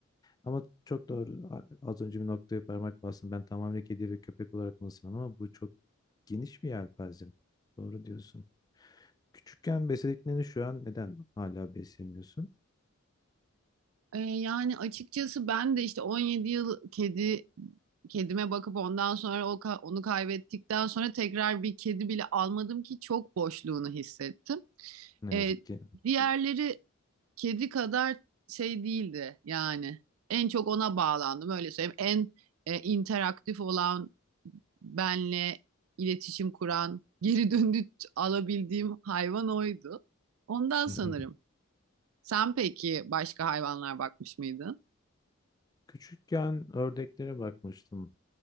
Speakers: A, on the left; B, on the right.
A: Ama çok doğru. A- Az önce bir noktaya parmak bastım. Ben tamamen kedi ve köpek olarak mısın ama bu çok geniş bir yelpaze. Doğru diyorsun. Küçükken beslediklerini şu an neden hala beslemiyorsun?
B: Ee, yani açıkçası ben de işte 17 yıl kedi kedime bakıp ondan sonra o ka- onu kaybettikten sonra tekrar bir kedi bile almadım ki çok boşluğunu hissettim.
A: Ne
B: Ee,
A: yazık ki.
B: diğerleri kedi kadar şey değildi yani. En çok ona bağlandım öyle söyleyeyim. En e, interaktif olan benle iletişim kuran, geri döndü alabildiğim hayvan oydu. Ondan
A: Hı
B: sanırım.
A: hı.
B: Sen peki başka hayvanlar bakmış mıydın?
A: Küçükken ördeklere bakmıştım.